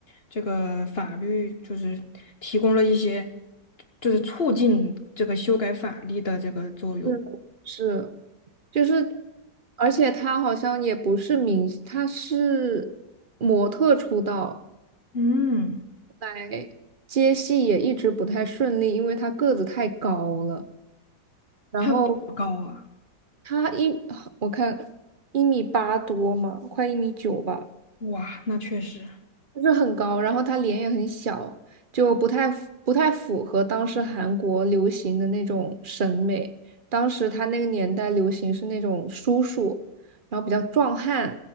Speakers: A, on the left (about 35°); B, on the right (about 35°).
A: 这个法律就是提供了一些就是促进这个修改法律的这个作用。
B: 是是，就是，而且他好像也不是明星，他是模特出道。
A: 嗯，
B: 来接戏也一直不太顺利，因为他个子太高了。然后
A: 它有多高啊？
B: 他一，我看一米八多嘛，快一米九吧。
A: 哇，那确实。
B: 就是很高，然后他脸也很小，就不太符不太符合当时韩国流行的那种审美。当时他那个年代流行是那种叔叔，然后比较壮汉，